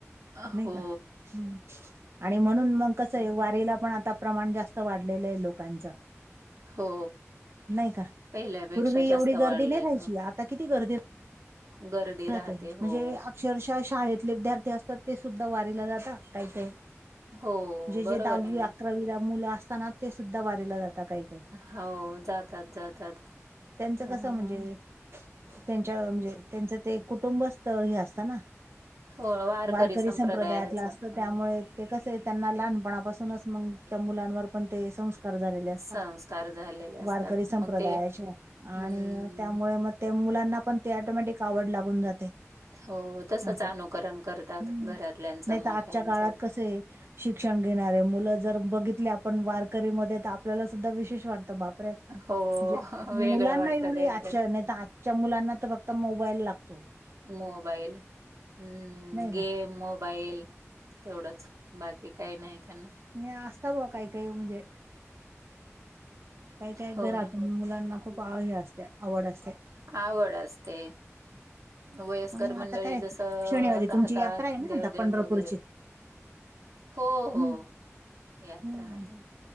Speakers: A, on the right (about 80°); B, on the right (about 55°).
A: अ,
B: नाही
A: हो
B: का आणि म्हणून मग कसं आहे वारीला पण आता प्रमाण जास्त वाढलेलं ए लोकांचं.
A: हो
B: नाही का
A: पहिल्यापेक्षा
B: पूर्वी
A: जास्त
B: एवढी
A: वाढलंय.
B: गर्दी नाही राहायची
A: हो
B: आता किती गर्दी
A: गर्दी
B: राहते
A: हो.
B: म्हणजे अक्षरशः शाळेतले विद्यार्थी असतात ते सुद्धा वारीला जातात काही, काही
A: हो
B: जे जे
A: बरोबर
B: दहावी,
A: आहे ना.
B: अकरावीला मुलं असताना ते सुद्धा वारीला जातात काही.
A: हो जातात, जातात.
B: त्यांचं
A: हां.
B: कसं म्हणजे त्यांच्या म्हणजे त्यांचं ते कुटुंबस्थ हे असतना.
A: हो
B: वारकरी
A: संप्रदायाच
B: संप्रदायातला असतो
A: अ
B: त्यामुळे ते कसे त्यांना लहानपणापासूनच मग त्या मुलांवर पण ते संस्कार झालेले असतात.
A: संस्कार झालेले असतात
B: वारकरी संप्रदायाचे
A: मग ते हम्म
B: आणि त्यामुळे मग त्या मुलांना पण ते ऑटोमॅटिक आवड लागून जाते.
A: हो तसच
B: असं
A: अनुकरण करतात
B: हम्म
A: घरातल्यांचं
B: नाही
A: मोठ्यांचं
B: तर आजच्या काळात कसं आहे. शिक्षण घेणारे मुलं जर बघितली आपण वारकरी मध्ये तर आपल्याला सुद्धा विशेष वाटत बापरे म्हणजे
A: हो
B: मुलांना
A: वेगळं वाटतं
B: एवढी
A: काहीतरी
B: <inaudible> आजच्या नाही तर आजच्या मुलांना तर फक्त मोबाईल लागत
A: मोबाईल हम्म
B: नाही का
A: गेम मोबाईल तेवढंच. बाकी काही नाही त्यांना.
B: मी असता बा काही, काही म्हणजे काही, काही
A: हो
B: घरात
A: ना
B: मुलांना खू खूप आवडली असत्या आवड असते.
A: आवड असते. वयस्कर
B: आणि
A: मंडळी
B: आता काय
A: जसं
B: शनिवारी
A: राहतात
B: तुमची यात्रा आहे ना
A: देवदेव
B: आता पंढरपूरची
A: वगैरे हो
B: हम्म
A: हो यात्रा
B: हम्म
A: आहे.